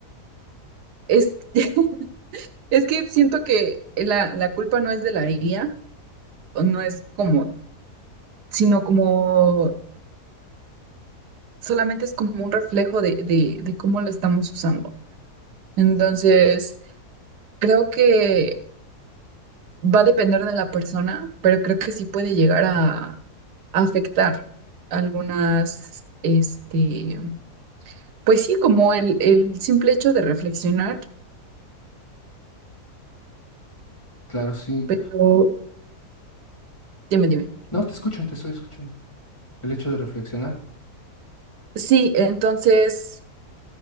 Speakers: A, on the right; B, on the left.
A: Es, <laughs> es que siento que la, la culpa no es de la IA, o no es como, sino como solamente es como un reflejo de, de, de cómo lo estamos usando. Entonces, creo que va a depender de la persona, pero creo que sí puede llegar a, afectar algunas, este, pues sí, como el, el simple hecho de reflexionar,
B: Claro, sí.
A: pero dime, dime.
B: No, te escucho, te estoy escuchando. El hecho de reflexionar.
A: Sí, entonces...